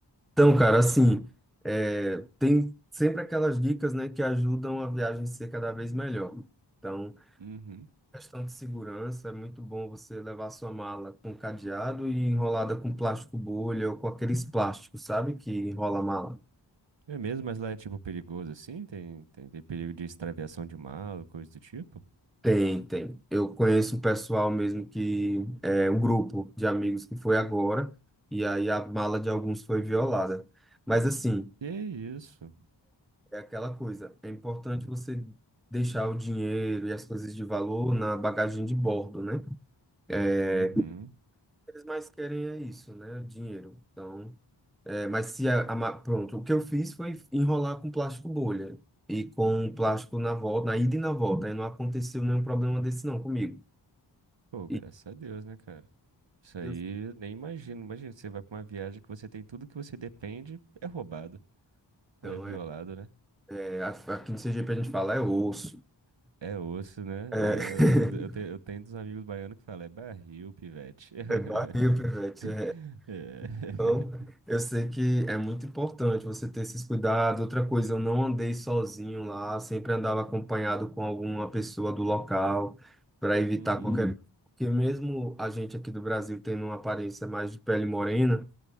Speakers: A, in the centre; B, on the right (about 75°).
A: Então, cara, assim, é, tem sempre aquelas dicas, né, que ajudam a viagem ser cada vez melhor. Então,
B: Uhum.
A: Questão de segurança, é muito bom você levar sua mala com cadeado e enrolada com plástico bolha ou com aqueles plásticos, sabe, que enrola a mala.
B: É mesmo, mas lá é tipo perigoso assim? Tem, tem, tem perigo de extraviação de mala, coisa do tipo?
A: Tem, tem. Eu conheço um pessoal mesmo que é um grupo de amigos que foi agora e aí a mala de alguns foi violada. Mas assim,
B: Que isso?
A: é aquela coisa, é importante você deixar o dinheiro e as coisas de valor na bagagem de bordo, né? É,
B: Uhum.
A: o que eles mais querem é isso, né? Dinheiro. Então, É, mas se a, a ma- pronto, o que eu fiz foi enrolar com plástico bolha e com plástico na volta, na ida e na volta. Aí não aconteceu nenhum problema desse não comigo.
B: Pô, graças
A: E
B: a Deus, né, cara? Isso aí
A: eu,
B: eu nem imagino. Imagina, você vai pra uma viagem que você tem tudo que você depende, é roubado,
A: então,
B: ou é violado,
A: é,
B: né?
A: é, a- aqui no CGP a gente fala é osso,
B: É osso, né?
A: é,
B: É, eu, eu te- eu
A: <laughs>
B: tenho dos amigos baianos que falam, é barril, pivete. <laughs>
A: é barril, pivete, é
B: É.
A: Então, eu sei que é muito importante você ter esses cuidados. Outra coisa, eu não andei sozinho lá, sempre andava acompanhado com alguma pessoa do local para evitar
B: Uhum.
A: qualquer. Porque mesmo a gente aqui do Brasil tendo uma aparência mais de pele morena,